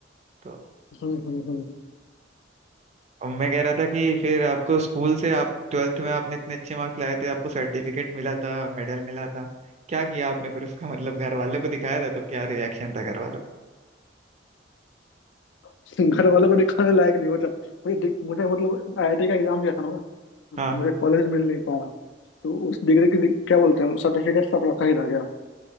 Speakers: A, on the right; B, on the left.
A: तो
B: हम्म हम्म हम्म।
A: अब मैं कह रहा था कि फिर आपको स्कूल से आप ट्वेल्थ में आपने इतने अच्छे मार्क्स लाए थे आपको सर्टिफिकेट मिला था मेडल मिला था क्या किया आपने फिर उसका <laughs> मतलब घर वालों को दिखाया था तो क्या रिएक्शन था घर वालों
B: <laughs> घर वालों को दिखाने लायक नहीं होता मुझे डिग- मुझे मतलब आईआईटी का एग्जाम दिया था ना मैं,
A: का? हाँ
B: मुझे कॉलेज मिल नहीं पाया तो उस डिग्री की डिग- क्या बोलते हैं सर्टिफिकेट सब रखा ही रह गया